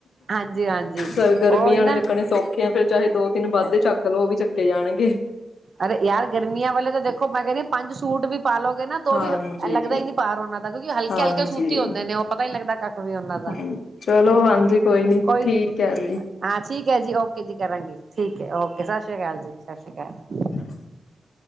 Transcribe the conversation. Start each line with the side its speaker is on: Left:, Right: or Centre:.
Right: ਹਾਂਜੀ ਹਾਂਜੀ
Left: ਗ ਗਰਮੀਆਂ
Right: ਉਹੀ ਨਾ
Left: ਆਲੇ ਰਖਣੇ ਸੌਖੇ ਆ ਫੇਰ। ਚਾਹੇ ਦੋ-ਤਿੰਨ ਵਾਧੇ ਚੱਕ ਲੋ, ਉਹ ਵੀ ਚੱਕੇ ਜਾਣਗੇ।
Right: ਅਰੇ ਯਾਰ ਗਰਮੀਆਂ ਵਾਲੇ ਤਾਂ ਦੇਖੋ ਮੈਂ ਕਹਿ ਰਈ ਆਂ ਪੰਜ ਸੂਟ ਵੀ ਪਾ ਲੋਗੇ ਨਾ ਤੋ
Left: ਹਾਂਜੀ,
Right: ਵੀ ਹ ਐ ਲੱਗਦਾ ਈ ਨੀ ਭਾਰ ਉਹਨਾਂ ਦਾ ਕਿਉਂਕਿ ਹਲਕੇ-ਹਲਕੇ
Left: ਹਾਂਜੀ,
Right: ਸੂਤੀ ਹੁੰਦੇ ਨੇ ਉਹ, ਪਤਾ ਈ ਨੀ ਲੱਗਦਾ ਕੱਖ ਵੀ ਉਹਨਾਂ ਦਾ।
Left: ਹਾਂ ਚਲੋ ਹਾਂਜੀ
Right: ਕੋਈ
Left: ਠੀਕ
Right: ਨੀ,
Left: ਹੈ ਜੀ
Right: ਹਾਂ ਠੀਕ ਐ ਜੀ। ਔਕੇ ਜੀ, ਕਰਾਂਗੀ। ਠੀਕ ਐ, ਔਕੇ। ਸਤਿ ਸ੍ਰੀ ਅਕਾਲ ਜੀ, ਸਤਿ ਸ਼੍ਰੀ ਕਾਲ।
Left: <unintelligible>